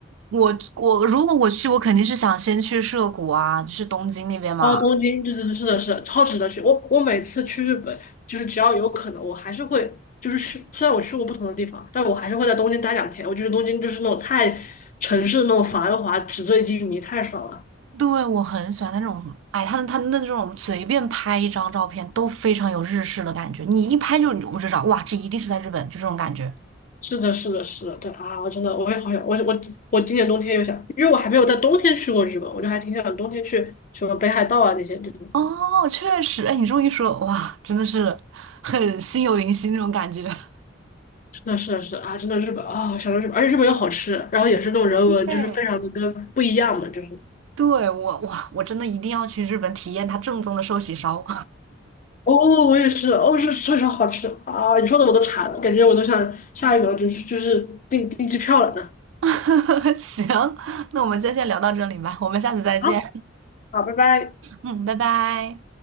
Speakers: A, on the right (about 75°); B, on the left (about 40°).
A: 我我如果我去，我肯定是想先去涩谷啊，就是东京那边嘛。
B: 哦，东京，对对对，是的，是的，超值得去。我我每次去日本，就是只要有可能，我还是会就是去。虽然我去过不同的地方，但我还是会在东京待两天。我觉得东京就是那种太城市的那种繁华、纸醉金迷，太爽了。
A: 对，我很喜欢那种，哎，他他的那种随便拍一张照片都非常有日式的感觉，你一拍就我就知道，哇，这一定是在日本，就这种感觉。
B: 是的，是的，是的，对啊，我真的我也好想，我我我今年冬天又想，因为我还没有在冬天去过日本，我就还挺想冬天去什么北海道啊那些地方。
A: 哦，确实，哎，你这么一说，哇，真的是很心有灵犀那种感觉。<laughs>
B: 是的，是的，是的啊，真的日本啊，想到日本，而且日本又好吃，然后也是那种人文，
A: 对，
B: 就是非常的跟不一样嘛，就是
A: 对，我，哇，我真的一定要去日本体验它正宗的寿喜烧。
B: 哦，我也是，哦，是确实好吃啊！你说的我都馋了，感觉我都想下一秒就是就是订订机票了呢。
A: <laughs> 行，那我们今天先聊到这里吧，我们下次再见。
B: 好，好，拜拜。
A: 嗯，拜拜。